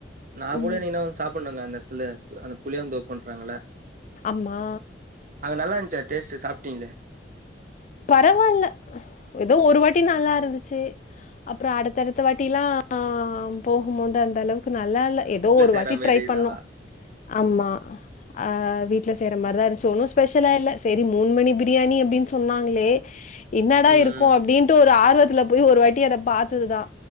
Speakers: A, on the right; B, on the left.
A: நா
B: ம்.
A: கூட இன்னிக்னா வந்து சாப்புனுங்க அந்த எத்துல அந்த புளியந்தோப்புண்ணறாங்கள
B: அம்மா
A: அது நல்லான்ச்சா டேஸ்ட்டு சாப்ட்டீங்ளே
B: பரவால்ல ஏதோ ஒரு வாட்டி நல்லாருந்துச்சு அப்றோ அடுத்தடுத்த வாட்டிலா போகும்போது அந்த அளவுக் கு நல்லால்ல ஏதோ
A: வீட்ல
B: ஒரு
A: செய்ற
B: வாட்டி
A: மாரி
B: ட்ரை
A: இதா
B: பண்ணோ ஆமா ஆ வீட்ல செய்ற மாரிதாருஞ்ச்சு ஒன்னு ஸ்பெஷலா இல்ல செரி மூனு மணி பிரியாணி அப்டின்னு சொல் டு சொன்னாங்ளே என்னடா
A: ம்
B: இருக்கு அப்டின்ட்டு ஒரு ஆர்வத்துல போய் ஒரு வாட்டி அத பாத்ததுதா